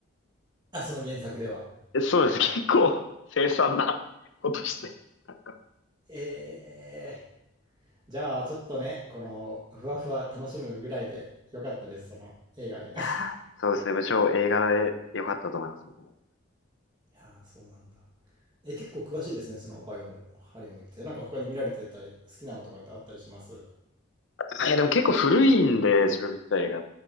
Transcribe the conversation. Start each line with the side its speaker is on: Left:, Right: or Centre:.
Right: <laughs> あ、その原作では。
Left: とそうです。結構凄惨なことして、なんか。
Right: ええじゃあちょっとね、このふわふわ楽しむぐらいでよかったです、その映画で。
Left: いやー、
Right: <laughs>
Left: そうですね。部長、映画で良かったと思います。僕も
Right: いやー、そうなんだ。え、結構詳しいですね、そのバイオもハリオも言ってて。なんか他に見られてたり、好きなのとかってあったりします
Left: あ、いや、でも結構古いんで、自分見てた映画。